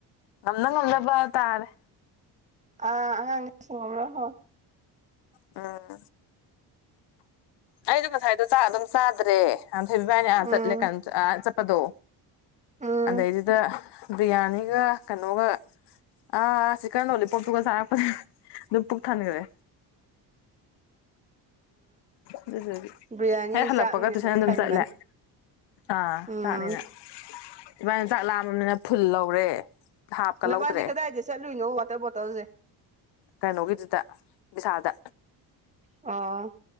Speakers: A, on the left; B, on the right.
A: ꯉꯝꯅ ꯉꯝꯅꯕ ꯇꯥꯔꯦ
B: ꯑꯥ ꯑꯉꯥꯡ ꯊꯤꯡꯉꯝꯕ꯭ꯔ ꯍꯣꯢ
A: ꯎꯝ ꯑꯩꯗꯣ ꯉꯁꯥꯏꯗꯣ ꯆꯥꯛ ꯑꯗꯨꯝ ꯆꯥꯗ꯭ꯔꯦ ꯉꯥꯟꯊꯣꯏꯕꯤ ꯏꯕꯥꯏꯅꯤ ꯑꯥ
B: ꯎꯝ
A: ꯆꯠꯂꯦ ꯀꯥꯟ ꯑ ꯆꯠꯄꯗꯣ
B: ꯎꯝ
A: ꯑꯗꯩꯗꯨꯗ ꯕꯤꯔꯌꯥꯅꯤꯒ ꯀꯅꯣꯒ ꯑ ꯆꯤꯀꯜ ꯂꯣꯂꯤꯄꯣꯞꯇꯨꯒ ꯆꯥꯔꯛꯄ ꯑꯗꯨ ꯄꯨꯛ ꯊꯟꯒ꯭ꯔꯦ ꯑꯗꯨꯗꯨꯒꯤ
B: ꯕꯤꯔꯌꯥꯅꯤ
A: ꯍꯦꯛ ꯍꯜꯂꯛꯄꯒ
B: ꯆꯥꯛꯅꯤ
A: ꯇꯨꯏꯁꯟ ꯑꯗꯨꯝ
B: ꯊꯟꯕꯅꯤ
A: ꯆꯠꯂꯦ ꯑꯥ
B: ꯎꯝ
A: ꯆꯥꯛꯅꯦꯅ ꯏꯕꯥꯏꯅꯤ ꯆꯥꯛ ꯂꯥꯝꯃꯤꯅꯤꯅ ꯐꯨꯜ ꯂꯧꯔꯦ ꯍꯥꯞꯀ
B: ꯅꯕꯥꯏꯅꯤ
A: ꯂꯧꯗ꯭ꯔꯦ
B: ꯀꯗꯥꯏꯗ ꯆꯠꯂꯨꯏꯅꯣ ꯋꯥꯇꯔ ꯕꯣꯇꯜꯖꯦ
A: ꯀꯩꯅꯣꯒꯤꯗꯨꯗ ꯕꯤꯁꯥꯜꯗ
B: ꯑꯣ